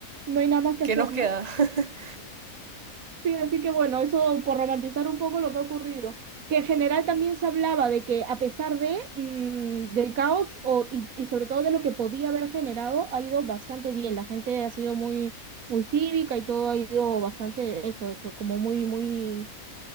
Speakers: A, on the right; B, on the right.
A: no hay nada más que
B: ¿Qué
A: hacer,
B: nos queda?
A: ¿no?
B: <laughs>
A: Sí, así que bueno, eso por romantizar un poco lo que ha ocurrido, que en general también se hablaba de que a pesar de mm, del caos o, y, y sobre todo de lo que podía haber generado, ha ido bastante bien. La gente ha sido muy, muy cívica y todo ha ido bastante eso, eso, como muy, muy